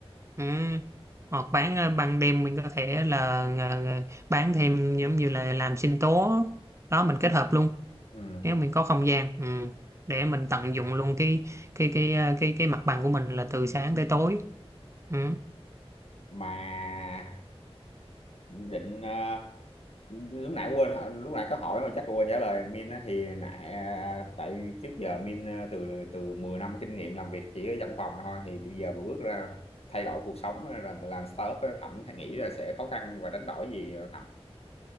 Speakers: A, on the right (about 25°); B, on the left (about 70°).
A: ừ. hoặc bán ờ, ban đêm mình có thể là ờ, ờ, bán thêm giống như là làm sinh tố đó mình kết hợp luôn
B: ừ.
A: nếu mình có không gian ừ. để mình tận dụng luôn cái cái cái ờ, cái cái mặt bằng của mình là từ sáng tới tối ừ.
B: mà định ờ, lúc nãy quên hỏi- lúc nãy có hỏi mà chắc quên trả lời Min á thì nãy à, tại trước giờ Min à, từ từ 10 năm kinh nghiệm làm việc chỉ ở văn phòng thôi thì bây giờ mà bước ra thay đổi cuộc sống á, làm làm startup á, Thẩm thấy nghĩ là sẽ khó khăn và đánh đổi gì không, Thẩm